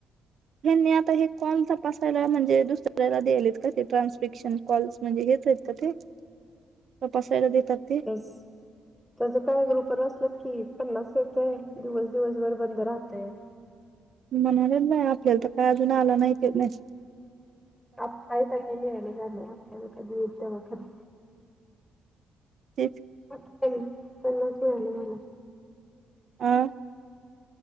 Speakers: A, on the right; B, in the centre.
A: हे आता हे कॉल तपसायला म्हणजे दुसऱ्याला द्याले आहेत का ते ट्रान्सपिक्शन कॉल्स म्हणजे हेच आहेत का ते त पसयला देतती
B: ह त्याचं काय ग्रुपर बचलत की पन्नास येतय दिवस दिवसभर बंद राहतं
A: म्हणाले नाही आपल्याला तर काय अजून आला नाही ते नाहीस
B: आप काही का न्यायलं झालं आपल्याला कधी येईल तेव्हा खर
A: तेच
B: त्यां त्यांनाच मिळाले झाला
A: अ